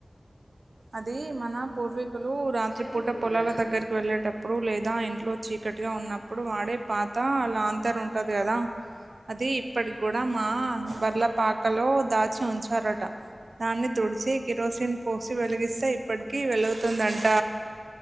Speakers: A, on the right; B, on the left.
A: అది మన పూర్వీకులు రాత్రి
B: సేమ్
A: పూట
B: టు
A: పొలాల
B: యూ.
A: దగ్గరికి వెళ్ళేటప్ ప్పుడు లేదా ఇంట్లో చీకటిగా ఉన్నప్పుడు వాడే పాత లాంతర్ ఉంటది కదా, అది ఇప్పటికి గుడ్ డ మా బర్ల పాకలో దాచి ఉంచారట, దాన్ని తుడిచి కిరోసిన్ పోసి వెలిగిస్తే ఇప్పటికి వెలుతుందంట.